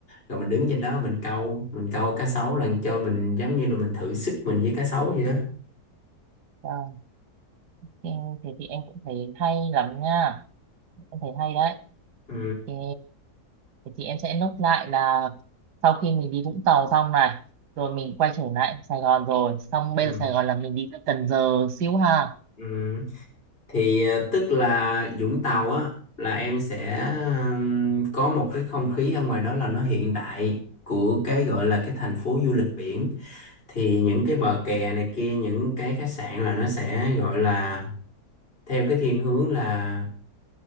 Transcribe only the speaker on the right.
Vâng, thì thế thì em cũng thấy hay lắm nha. Em thấy hay đấy.
Ok, thế thì em sẽ nốt lại là sau khi mình đi Vũng Tàu xong này, rồi mình quay trở lại Sài Gòn rồi, xong bây
giờ Sài Gòn là mình đi ra Cần Giờ xíu ha.